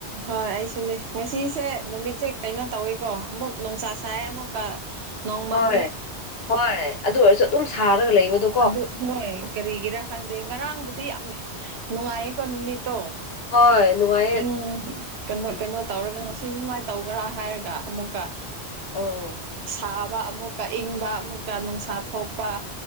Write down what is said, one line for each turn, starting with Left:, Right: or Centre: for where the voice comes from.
Right: ꯍꯣꯏ ꯑꯩꯁꯨꯅꯦ ꯉꯁꯤꯁꯦ ꯅꯨꯃꯤꯠꯁꯦ ꯀꯩꯅꯣ ꯇꯧꯋꯤꯀꯣ ꯑꯃꯨꯛ ꯅꯨꯡꯁꯥ ꯁꯥꯏ ꯑꯃꯨꯛꯀ ꯅꯣꯡ
Left: ꯍꯣꯏ
Right: ꯃꯪꯉꯦ
Left: ꯍꯣꯏ ꯑꯗꯨ ꯑꯣꯏꯔꯁꯨ ꯑꯗꯨꯝ ꯁꯥꯔꯒ ꯂꯩꯕꯗꯣ
Right: ꯑꯗꯨ ꯍꯣꯏ ꯀꯔꯤꯒꯤꯔꯥ ꯈꯪꯗꯦ ꯉꯔꯥꯡꯕꯨꯗꯤ ꯌꯥꯝ ꯅꯨꯡꯉꯥꯏꯌꯦꯀꯣ ꯅꯨꯃꯤꯠꯇꯣ
Left: ꯍꯣꯏ ꯅꯨꯡꯉꯥꯏ
Right: ꯏꯪ ꯀꯩꯅꯣ ꯀꯩꯅꯣ ꯇꯧꯔꯒ ꯉꯁꯤ ꯁꯨꯃꯥꯏꯅ ꯇꯧꯒ꯭ꯔꯥ ꯍꯥꯏꯔꯒ ꯑꯃꯨꯛꯀ
Left: ꯎꯝ
Right: ꯁꯥꯕ ꯑꯃꯨꯛꯀ ꯏꯪꯕ ꯑꯃꯨꯛꯀ ꯅꯨꯡꯁꯥ ꯊꯣꯛꯄ